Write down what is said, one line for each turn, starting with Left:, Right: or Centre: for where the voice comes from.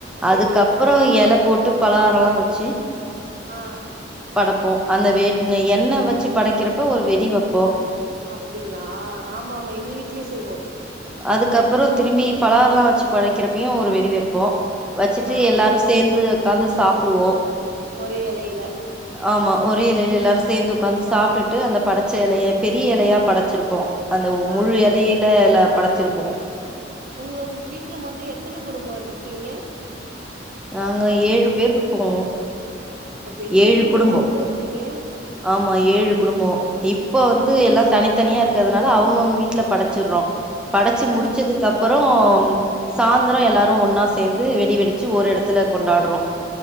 Centre: அதுக்கப்புறம்
Right: சேரி
Centre: இலை போட்டு பலகாரம் எல்லாம் வச்சு
Right: ஆஹ்
Centre: படைப்போம் அந்த வே எண்ணெ வச்சு படைக்கிறப்ப ஒரு வெடிவெப் போ
Right: அப்படிங்களா ஆமா ஆமா எங்க வீட்லயு செய்வோம்
Centre: அதுக்கப்புறம் திரும்பி பலகாரம் எல்லாம் வச்சு படைக்கிறப்பையும் ஒரு வெடிவைப்போம் வச்சுட்டு
Right: ஆ
Centre: எல்லாரும் சேர்ந்து உட்காந்து சாப்பிடுவோ
Right: ஒரே இலையில
Centre: ஆமா ஒரே இலையில எல்லாரு சேர்ந்து உட்காந்து சாப்பிட்டுட்டு அந்த படத் பச்ச இலைய பெரிய இலையா படைச்சிருப்போம் அந்த
Right: ஆ
Centre: முழு
Right: ஸ்
Centre: இலையில எல்லா படைச்சிருப்போம்
Right: உங்க வீட்டுல மொத்தம் எத்தன குடும்பம் இருக்கீங்க
Centre: நாங்க ஏழு பேர் <unintelligible>
Right: அப்ப பெரிய
Centre: ஏழு
Right: குடும்பமா
Centre: குடும்பம்
Right: தான இருப்பீங்க
Centre: ஆமா ஏழு குடும்பம் இப்ப வந்து
Right: ஆ
Centre: எல்லாம் தனித்தனியா இருக் இருக்கிறதுனால அவங்கவுங்க வீட்டுல படைச்சடுறோ படைச்ச
Right: ஆ
Centre: முடிச்சதுக்கு அப்புறம் சாந்திரம் எல்லாரும் ஒன்னா சேர்ந்து வெடி வெடிச்ச ஒரு இடத்துல கொண்டாடுறோ